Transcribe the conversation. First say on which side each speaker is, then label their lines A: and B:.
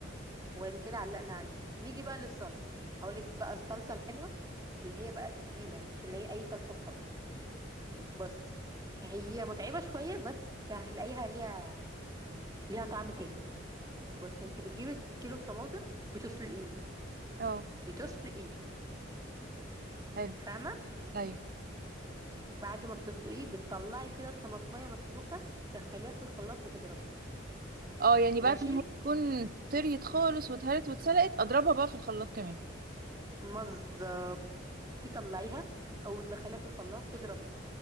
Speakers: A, on the right; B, on the right.
A: وادي كده علقنا عليه نيجي بقى للصلصه هقول لك بقى الصلصه الحلوه اللي هي بقى التقيله مش اللي هي اي صلصه وخلاص بصي هي متعبه شويه بس هتلاقيها ليها ليها طعم تاني بصي انت بتجيبي كيلو الطماطم بتسلقيه
B: اه
A: بتسلقيه
B: حلو
A: فاهمه
B: ايوه
A: بعد ما بتسلقيه بتطلعي كده الطماطميه مسلوقه تدخليها في الخلاط بتضربيها
B: اه يعني
A: ماشي
B: بعد ما هي تكون طريت خالص واتهرت واتسلقت اضربها بقى في الخلاط كمان
A: مزه تطلعيها او تدخليها في الخلاط تضربيها